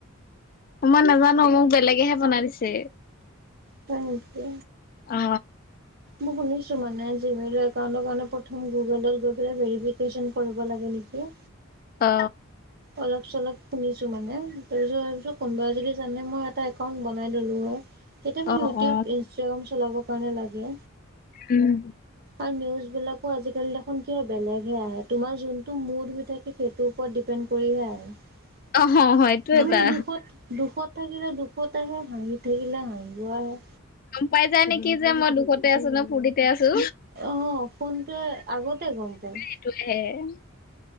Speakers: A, on the left; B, on the right.
A: মই নাজানো। মোক বেলেগেহে বনাই দিছে।
B: হয় নেকি?
A: অ।
B: মই শুনিছো মানে। জিমেইলৰ একাউণ্টৰ কাৰণে প্ৰথম গুগলত গৈ পেলাই ভেৰিফিকেচন কৰিব লাগে নেকি?
A: অ।
B: অলপ চলপ শুনিছো মানে। তাৰপিছত ভাবিছো কোনোবাই যদি জানে মই এটা একাউন্ট বনাই ললো হয়। তেতিয়া
A: অ
B: ইউটিউব,
A: অ
B: ইনষ্টাগ্ৰাম চলাব কাৰণে লাগে
A: উম
B: আৰু নিউজ বিলাকো আজিকালি দে খুন কিয় বেলেগহে আহে। তোমাৰ যোনটো মুড হৈ থাকে সেইটোৰ ওপৰত ডিপেণ্ড কৰিহে আহে।
A: অ হয়তো
B: তুমি
A: এটা
B: দুখত দুখত থাকিলে দুখত আহে, হাঁহি থাকিলে হাঁহিব আহে।
A: গম পাই যায় নেকি যে মই দুখতে আছো নে ফূৰ্তিতে আছো।
B: অ ফোনটোৱে আগতে গম পায়
A: <unintelligible>